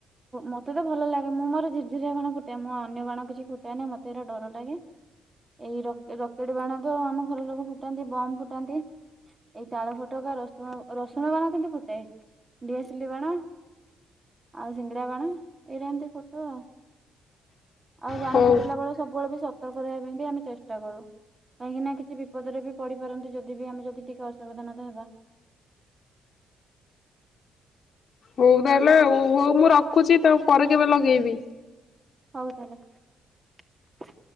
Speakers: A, on the right; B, on the left.
A: ମତେ ତ ଭଲ ଲାଗେ ମୁଁ ମୋର ଝୁରୁଝୁରିଆ ବାଣ ଫୁଟାଏ। ମୁଁ ଅନ୍ୟ ବାଣ କିଛି ଫୁଟାନି ମୋତେ ଏରା ଡର ଲାଗେ ଏଇ ରକେଟ ବାଣ ତ ଆମ ଘର ଲୋକ ଫୁଟାନ୍ତି ବ ଫୁଟାନ୍ତି ଏଇ ତାଳ ଫୋଟୋକା ରସୁଣ ରସୁଣ ବାଣ କେମିତି ଫୁଟା ଡିଆସିଲି ବାଣ ଆଉ ସିଙ୍ଗଡା ବାଣ ଏଇଟା ଏମତି ଫଟୋ ଆଉ। ଆଉ ବାଣ
B: ହଉ
A: ଫୁଟେଇଲା ବେଳେ ସବୁବେଳେ ବି ସତ ସତକ ରହିବା ପାଇଁ ବି ଆମେ ଚେଷ୍ଟା କରୁ କାହିଁକି ନା କିଛି ବିପଦରେ ବି ପଡି ପାରନ୍ତି। ଯଦି ବି ଆମେ ଯଦି ଟିକେ ଅସାବଧାନତା ହେବା <inaudible>
B: ହଉ ତାହେଲେଉ ହଉ ମୁଁ ରଖୁଛି ତ ପରେ କେବେ ଲଗେଇବି।
A: ହଉ ତାହେଲେ। <inaudible>